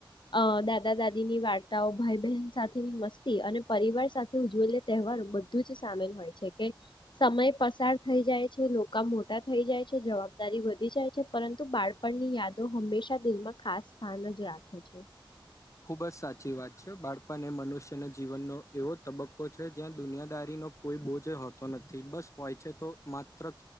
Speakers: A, on the left; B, on the left.
A: અ દાદા, દાદી ની વાર્તાઓ ભાઈ-બહેન સાથેની મસ્તી અને પરિવાર સાથે ઉજવેલ તહેવારો બધું જ સામેલ હોય છે. કે સમય પસાર થઈ જાય છે લોકા મોટા થઈ જાય છે, જવાબદારી વધી જાય છે. પરંતુ બાળપણની યાદો હંમેશા દિલમાં ખાસ સ્થાન જ રાખે. છે.
B: ખુબ જ સાચી વાત છે. બાળપણ એ મનુષ્યના જીવનનો એવો તબક્કો છે જ્યાં દુનિયાદારીનો કોઈ બોજ હોતો નથી. બસ હોય છે, તો માત્ર